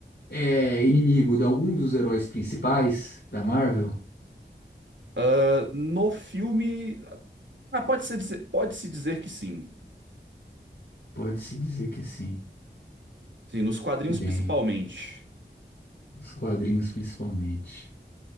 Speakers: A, on the left; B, on the right.
A: é inimigo de algum dos heróis principais da Marvel?
B: Ah, no filme, ah, pode ser dizer- pode-se dizer que sim.
A: Pode-se dizer que sim.
B: Sim, nos quadrinhos
A: Bem,
B: principalmente.
A: os quadrinhos principalmente.